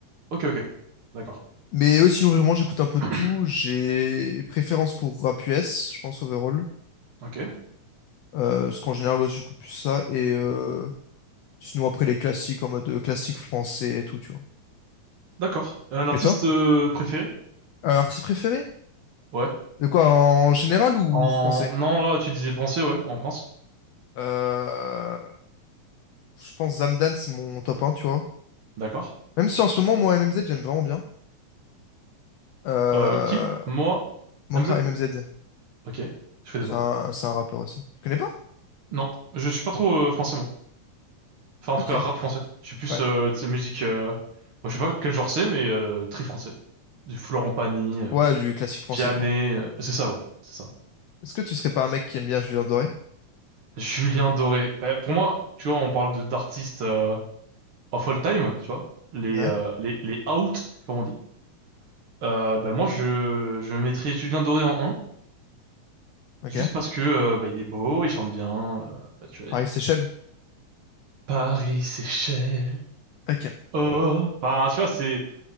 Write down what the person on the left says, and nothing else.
Mais ouais, sinon, vraiment, j'écoute un peu
de tout. J'ai préférence pour rap US, je pense, overall.
Euh, parce qu'en général, ouais, j'écoute plus ça. Et euh, Sinon, après, les classiques en mode euh, classique français et tout, tu vois.
Et toi?
Euh, artiste préféré?
De quoi, en général ou
français?
Euh, je pense Zamdan, c'est mon top un tu vois.
Même si en ce moment, moi, M M Z j'aime vraiment bien. Euh,
Moha
M M Z
c'est un, c'est un rappeur aussi. Tu connais pas?
Ok,
ouais.
Ouais, du classique français,
quoi.
Est-ce que tu serais pas un mec qui aime bien Julien Doré?
Ouais,
ok.
Pareil,
Seychelles.
Ok.